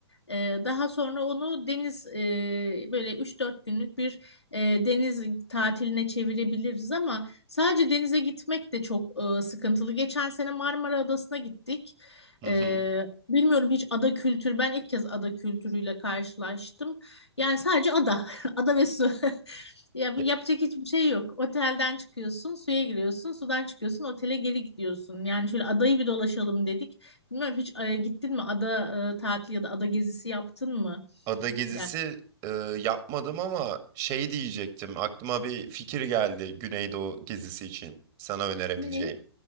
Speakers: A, on the left; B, on the right.
A: Ee, daha sonra onu deniz e, böyle 3-4 günlük bir e, deniz tatiline çevirebiliriz ama sadece denize gitmek de çok e, sıkıntılı. Geçen sene Marmara Adası'na gittik.
B: Hı
A: Ee,
B: hı.
A: bilmiyorum hiç ada kültürü. Ben ilk kez ada kültürüyle karşılaştım. Yani sadece ada, <laughs> ada ve su. <laughs> Ya
B: Ya-
A: yapacak hiçbir şey yok. Otelden çıkıyorsun, suya giriyorsun, sudan çıkıyorsun, otele geri gidiyorsun. Yani şöyle adayı bir dolaşalım dedik. Bilmiyorum hiç e, gittin mi ada e, tatili ya da ada gezisi yaptın mı?
B: Ada gezisi
A: Yani
B: e, yapmadım ama şey diyecektim. Aklıma bir fikir geldi Güneydoğu gezisi için sana önerebileceğim.
A: ne?